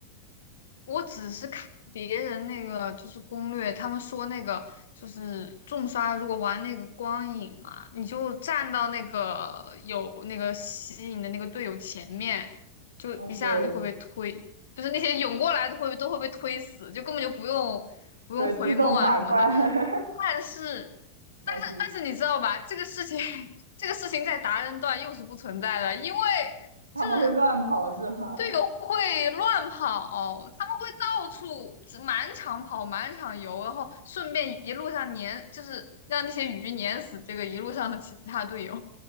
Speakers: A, on the left; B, on the right.
A: 我只是看别人那个就是攻略，他们说那个就是重刷，如果玩那个光影嘛，你就站到那个有那个吸引的那个队友前面，就一下子会被推，
B: 哦，对
A: 就是那些涌过来的会都会被推死，就根本就不用不用回墨啊什么的。
B: 对，自动打怪，<laughs>
A: 但是，
B: 但是
A: 但是，但是你知道吧？这个事情，<laughs> 这个事情在达人段又是不存在的，因为
B: 他们会乱跑是吗？
A: 就是队友会乱跑，他们会到处只满场跑、满场游，然后顺便一路上碾，就是让那些鱼碾死这个一路上的其他队友。